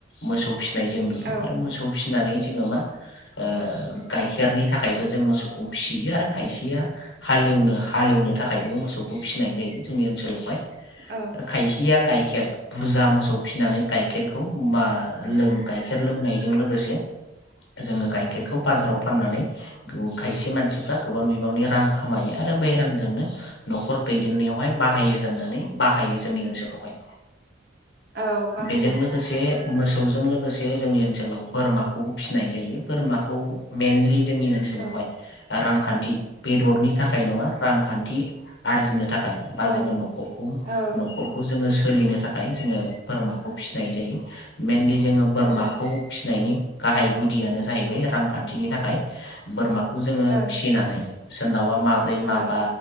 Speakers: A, on the left (about 70°); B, on the right (about 55°).
A: मोसौ। फिसिनाय जों नुयो
B: औ
A: आरो मोसौ फिसिनानै जोङो मा ओ गाइखेरनि थाखायबो जों मोसौखौ फिसियो आरो खायसेया हालेवनो हालेवनो थाखाय बे मोसौखौ फिसिनाय जायो जोंनि ओनसोलावहाय।
B: औ
A: खायसेया गाय खेर बुरजा मोसौ फिनानै गाइखेरखौ मा गायखेर लोंनायजों लोगोसे जोङो गाइखेरखौ बाजाराव फाननानै खायसे मानसिफ्रा गोबां बिबांनि रां खामायो आरो बै रांजोंनो न'खर दैदेननायावहाय बाहायो होननानै बाहायो जोंनि ओनसोलावहाय।
B: औ बाहायो।
A: बेजों लोगोसे मोसौजों लोगोसे जोंनि ओनसोलाव बोरमाखौबो फिसिनाय जायो बोरमाखौ मेइनलि जोंनि ओनसोलावहाय
B: औ
A: रांखान्थि बेदरनि थाखाय नङा रांखान्थि आरजिनो थाखाय बा
B: औ
A: जोङो न'खरखौ
B: औ
A: न'खरखौ जोङो सो सोलिनो थाखाय जोङो बोरमाखौ फिसिनाय जायो मेइनलि जोङो बोरमाखौ
B: ओं
A: फि नायनि गाहाय गुदियानो जाहैबाय रांखान्थिनि थाखाय बोरमा खौ जोङो
B: औ
A: फिसिनानै <unintelligible> नावबा माब्रै
B: औ
A: माबा